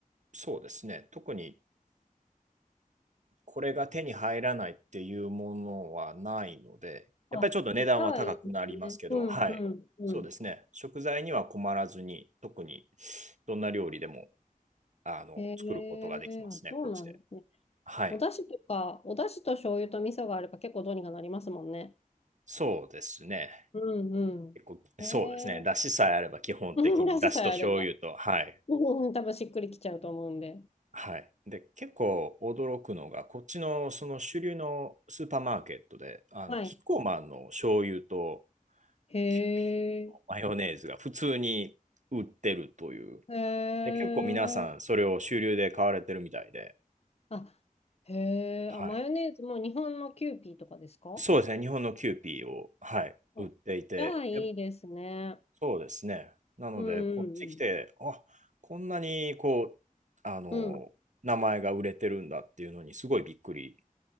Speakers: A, on the right; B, on the left.
A: そうですね、特にこれが手に入らないっていうものはないので、やっぱりちょっと値段は高くなりますけど、
B: あ、じゃあいいですね。うん、
A: はい、
B: うん、うん。
A: そうですね、食材には困らずに、特にどんな料理でもあの作ることができますね、
B: へえ、あ、そうなんですね。
A: こっちで。はい、
B: お出汁とか、お出汁と醤油と味噌があれば結構どうにかなりますもんね。
A: そうですね。
B: うんうん。
A: 結構そうですね。
B: へえ。
A: だしさえあれば基本的に、
B: <laughs> 出汁さえあれば。
A: だしと醤油と、
B: <laughs>
A: はい。
B: うん多分しっくりきちゃうと思うんで。
A: はい。で、結構驚くのが、こっちのその主流のスーパーマーケットで、あの、
B: はい。
A: キッコーマンの醤油と
B: へ
A: キューピーのマヨネーズが普通に売ってるという。
B: え。へえ。
A: で、結構皆さんそれを主流で買われてるみたいで、
B: あ、へ
A: はい。
B: え。あ、マヨネーズも日本のキューピーとかですか
A: そうですね。日本のキューピーを、はい、
B: あ、
A: 売っていて、
B: じゃあいいですね。
A: やっそうですね。なので、
B: うんうん
A: こっち来て、あ、こんなにこう、あの、
B: うん。うん。
A: 名前が売れてるんだっていうのに、すごいびっくり